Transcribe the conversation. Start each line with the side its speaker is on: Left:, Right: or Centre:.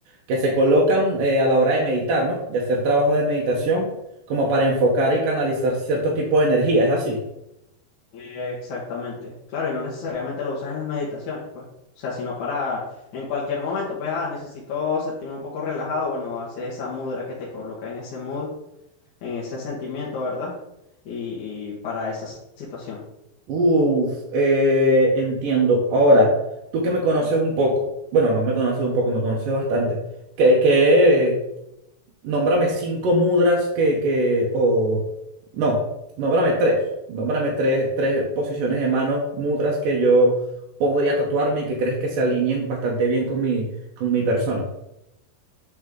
Right: que se colocan eh, a la hora de meditar, ¿no? De hacer trabajo de meditación, como para enfocar y canalizar cierto tipo de energía. Es así.
Left: Eh, Exactamente. Claro, y no necesariamente lo usas en las meditaciones, pues. O sea, sino para en cualquier momento, pues, ah, necesito sentirme un poco relajado, bueno, haces esa mudra que te coloca en ese mood, en ese sentimiento, ¿verdad? Y, y para esa s- situación.
Right: Uf, eh, entiendo. Ahora, tú que me conoces un poco, bueno, no me conoces un poco, me conoces bastante. ¿Qué, qué? nómbrame cinco mudras que, que, o, no, nómbrame tres, nómbrame tres, tres posiciones de manos, mudras que yo podría tatuarme y que crees que se alineen bastante bien con mi, con mi persona.